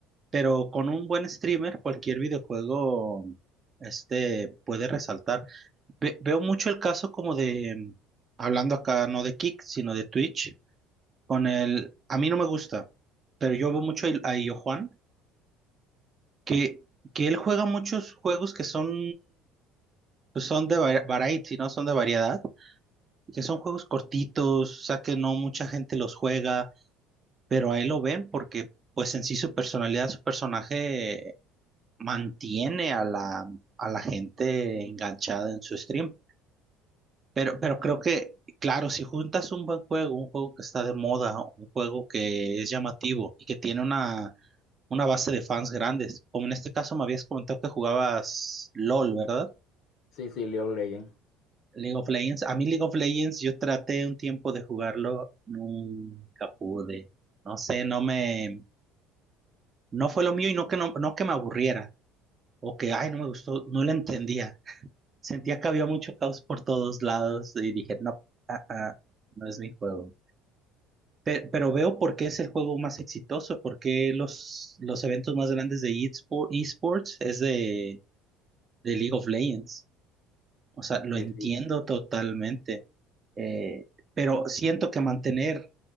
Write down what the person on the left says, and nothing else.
sí, sí, League of Legends.
Sí,
sí,